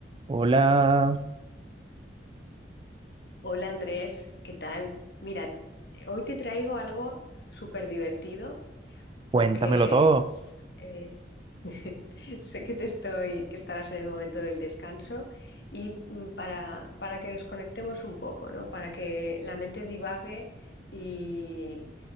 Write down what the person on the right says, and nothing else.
Hola,
cuéntamelo todo.